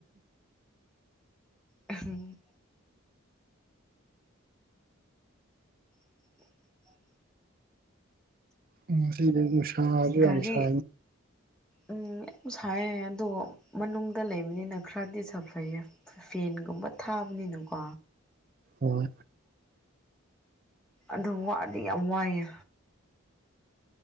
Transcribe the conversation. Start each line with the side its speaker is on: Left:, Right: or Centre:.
Centre: ꯎꯝ ꯎꯝ
Right: ꯎꯝ ꯁꯤ ꯁꯥ ꯌꯥꯝꯁ
Centre: ꯒꯥꯔꯤ ꯎꯝ ꯌꯥꯝ ꯁꯥꯏ ꯑꯗꯣ ꯃꯅꯨꯡꯗ ꯂꯩꯕꯅꯤꯅ ꯈꯔꯗꯤ ꯁꯥꯐꯩꯌꯦ ꯐꯦꯟꯒꯨꯝꯕ ꯊꯥꯕꯅꯤꯅꯀꯣ
Right: ꯑꯣ
Centre: ꯑꯗ ꯋꯥꯗꯤ ꯋꯥꯏꯦ